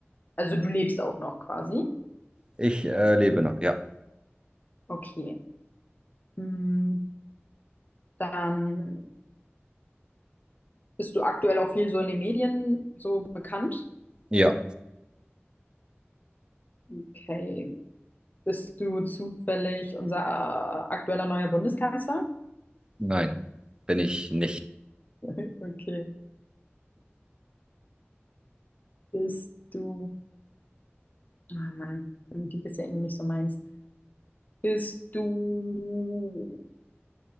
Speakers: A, on the left; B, on the right.
A: also du lebst auch noch quasi.
B: Ich äh, lebe noch, ja.
A: Okay. Hm, Dann bist du aktuell auch viel so in den Medien so bekannt.
B: Ja,
A: Okay, Bist du zufällig unser äh, aktueller neuer Bundeskanzler?
B: nein, bin ich nicht.
A: <laughs> Okay. Bist du. Oh Mann, Politik ist ja irgendwie nicht so meins. Bist du.